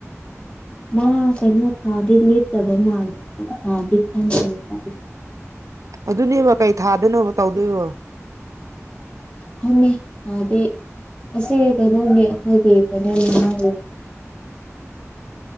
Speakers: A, on the left (about 20°); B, on the right (about 85°).
A: ꯃꯥ ꯀꯩꯅꯣ ꯊꯥꯗꯤ ꯂꯦꯞꯇꯕ ꯃꯥꯜꯂꯦ ꯊꯥꯗꯤ ꯐꯪꯗꯅꯦꯕ ꯑꯩꯁꯨ
B: ꯑꯗꯨꯅꯦꯕ ꯀꯩ ꯊꯥꯗꯣꯏꯅꯣꯕ ꯇꯧꯗꯣꯏꯕꯣ
A: ꯍꯉꯃꯦ ꯑꯗꯦ ꯑꯁꯤ ꯀꯩꯅꯣꯅꯤ ꯑꯩꯈꯣꯏꯒꯤ ꯀꯩꯅ ꯃꯅꯥꯎꯒꯤ